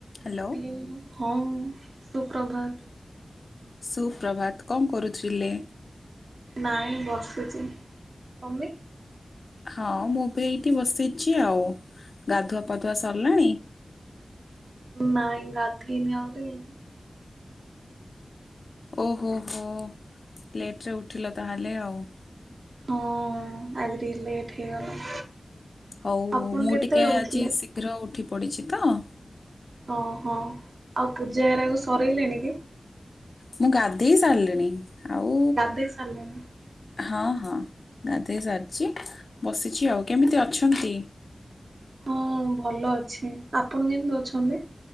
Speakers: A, on the left (about 65°); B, on the right (about 70°).
A: ହ୍ୟାଲୋ
B: <unintelligible> ହଉଁ ସୁପ୍ରଭାତ।
A: ସୁପ୍ରଭାତ କଣ କରୁଥିଲେ?
B: ନାଇଁ ବସୁଛି ତମେ?
A: ହଁ ମୁଁ ବି ଏଇଠି ବସେଇଛି ଆଉଗାଧୁଆ ପାଧୁଆ ସରିଲାଣି।
B: ନାଇଁ ଗାଧେଇନି ଆହୁରି <inaudible>
A: ଓହୋ ହୋ ଲେଟରେ ଉଠିଲ ତାହେଲେ ଆଉ ।
B: ହଁ ଆଜି ଟିକେ ଲେଟ ହେଇଗଲା।
A: ହଉ
B: ଆପଣ
A: ମୁଁ
B: କେତେବେଳେ
A: ଟିକେ
B: ଉଠିଲେ?
A: ଆଜି ଶୀଘ୍ର ଉଠି ପଡ଼ିଛି ତ?
B: ଓହୋ ଆଉ ପୂଜା ହେରାକୁ ସରାଇଲେଣି କି?
A: ମୁଁ ଗାଧେଇ ସାରିଲିଣି। ଆଉ
B: ଗାଧେଇ ସାରିଲଣି?
A: ହଁ ହଁ ଗାଧୋଇ ସାରିଛି ବସିଛି ଆଉ କେମିତି ଅଛନ୍ତି?
B: ହଁ ଭଲ ଅଛି ଆପଣ କେମିତି ଅଛନ୍ତି?